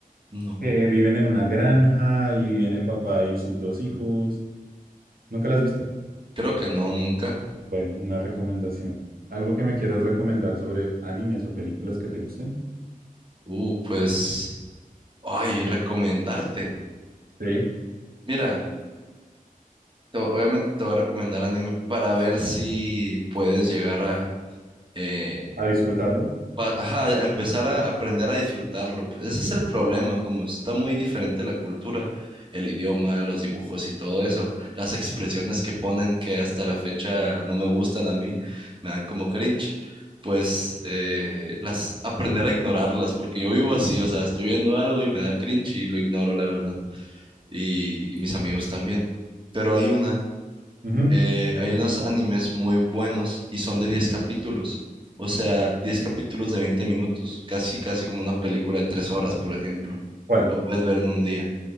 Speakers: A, on the right; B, on the right.
A: no,
B: que viven en una granja y viven el papá y sus dos hijos. ¿Nunca la has visto?
A: creo que no, nunca.
B: Bueno, una recomendación. ¿Algo que me quieras recomendar sobre animes o películas que te gusten?
A: Uh, pues, ay, recomendarte.
B: Sí.
A: Mira, te- obviamente te voy a recomendar anime para ver si puedes llegar a... eh,
B: ¿A disfrutarlo?
A: pa- ajá, a empezar a aprender a disfrutarlo, pues ese es el problema, como está muy diferente la cultura, el idioma, los dibujos y todo eso, las expresiones que ponen que hasta la fecha no me gustan a mí, me dan como cringe, pues eh, las aprender a ignorarlas, porque yo vivo así, o sea, estoy viendo algo y me da cringe y lo ignoro, la verdad, y, y mis amigos también, pero hay una
B: Ujú.
A: eh, hay unos animes muy buenos y son de 10 capítulos. O sea, 10 capítulos de 20 minutos, casi, casi como una película de 3 horas, por ejemplo.
B: ¿Cuál?
A: Lo puedes ver en un día.